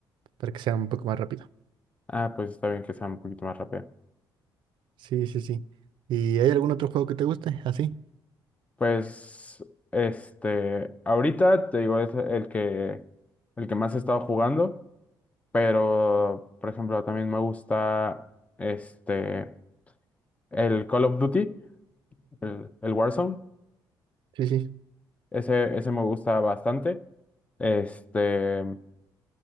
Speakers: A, on the right; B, on the left.
A: para que sea un poco más rápido.
B: Ah, pues está bien que sea un poquito más rápido.
A: Sí, sí, sí. ¿Y hay algún otro juego que te guste? Así.
B: Pues, este, ahorita te digo, es el que, el que más he estado jugando, pero, por ejemplo, también me gusta, este, el Call of Duty, el, el Warzone,
A: Sí, sí.
B: ese, ese me gusta bastante, este,